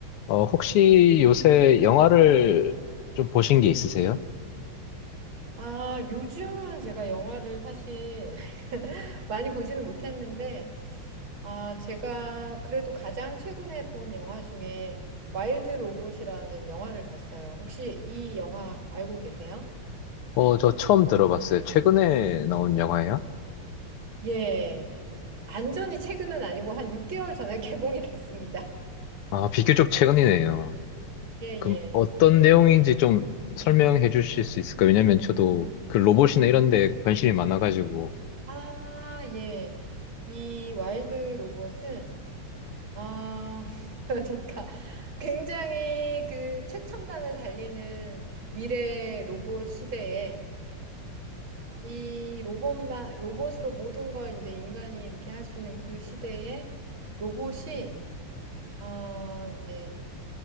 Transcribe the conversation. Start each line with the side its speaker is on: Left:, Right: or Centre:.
Left: 어, 혹시 요새 영화를 좀 보신 게 있으세요?
Right: 아, 요즘은 제가 영화를 사실 <laughs> 많이 보지는 못했는데, 아, 제가 그래도 가장 최근에 본 영화 중에 와일드 로봇이라는 영화를 봤어요. 혹시 이 영화 알고 계세요?
Left: 어, 저 처음 들어봤어요. 최근에 나온 영화예요?
Right: 예. 완전히 최근은 아니고 한 6개월 전에 <laughs> 개봉이 됐습니다.
Left: 아, 비교적 최근이네요.
Right: 예,
Left: 그럼
Right: 예.
Left: 어떤
Right: 6개월
Left: 내용인지
Right: 전에. 개-
Left: 좀 설명해 주실 수 있을까요? 왜냐면 저도 그 로봇이나 이런 데 관심이 많아가지고,
Right: 아, 예. 이 와일드 로봇은 아, <laughs> 그러니까 굉장히 그 최첨단을 달리는 미래 로봇 시대에 이 로봇만, 로봇으로 모든 걸 이제 인간이 이렇게 할 수 있는 그 시대에 로봇이, 어, 이제